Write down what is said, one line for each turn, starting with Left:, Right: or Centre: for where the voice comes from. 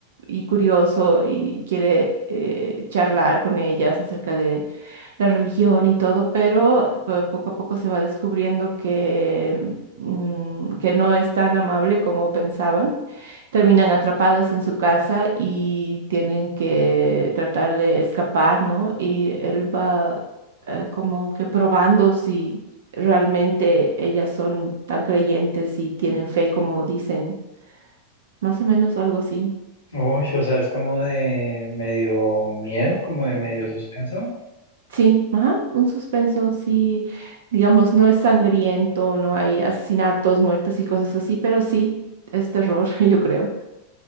Right: y curioso y quiere eh, charlar con ellas acerca la religión y todo, pero po- poco a poco se va descubriendo que, mm, que no es tan amable como pensaban. Terminan atrapadas en su casa y tienen que tratar de escapar, ¿no? Y él va eh, como que probando si realmente ellas son tan creyentes y tienen fe como dicen, más o menos algo así.
Left: Uy, o sea, es como de medio miedo, como de medio suspenso.
Right: Sí, ajá, un suspenso, sí, digamos, no es sangriento, no hay asesinatos, muertes y cosas así, pero sí, es terror, <laughs> yo creo.